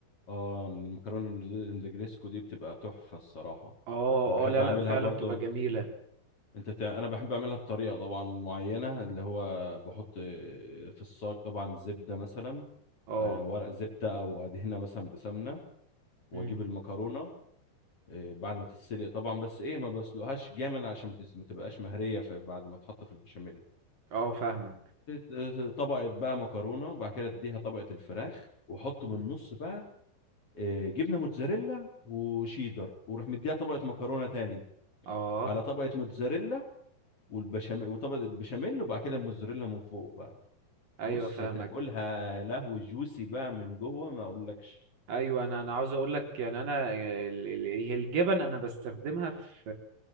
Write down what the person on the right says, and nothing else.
اه
اه لا
لا فعلا
بتبقى جميلة
اه
امم
اه فاهمك
امم
اه
ايوه
فاهمك
ايوه انا انا عاوز اقول لك يعني انا ال- ال- هي الجبن انا بستخدمها في